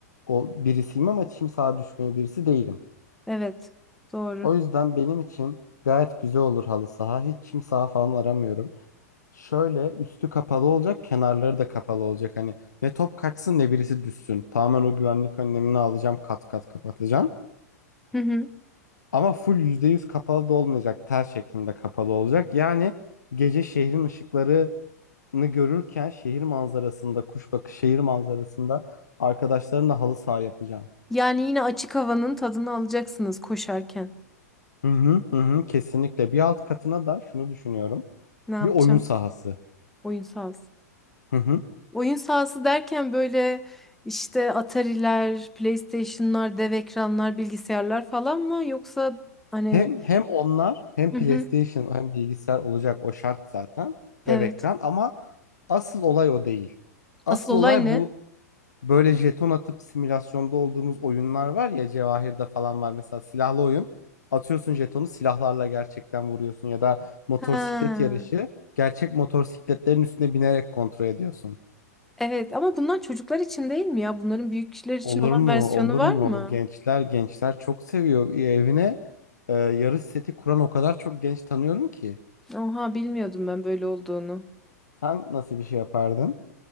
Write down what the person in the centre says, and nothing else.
Evet. Doğru.
Hı hı.
Yani yine açık havanın tadını alacaksınız koşarken.
Ne yapacağım?
Oyun sahası.
Oyun sahası derken böyle işte Atari'ler, PlayStation'lar, dev ekranlar, bilgisayarlar falan mı? Yoksa hani
hı
hı,
evet.
Asıl olay
ne?
Ha,
evet ama bunlar çocuklar için değil mi ya? Bunların büyük kişiler için
olan
versiyonu
var
mı?
Oha bilmiyordum ben böyle olduğunu.